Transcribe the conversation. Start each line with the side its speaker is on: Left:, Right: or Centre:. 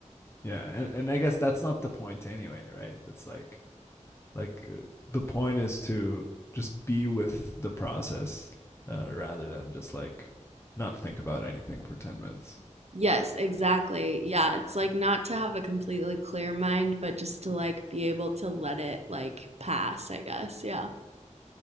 Left: Yeah, and, and I guess that's not the point anyway, right? It's like like uh, the point is to just be with the process uh, rather than just like not think about anything for 10 minutes.
Right: Yes, exactly. Yeah, it's like not to have a completely clear mind, but just to like be able to let it like pass, I guess. Yeah.